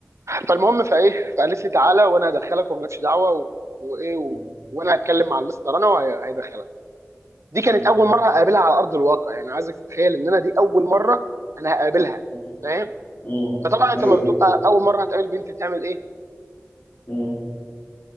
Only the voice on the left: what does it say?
مم.
مم.
مم.
مم.
ايوه
مم.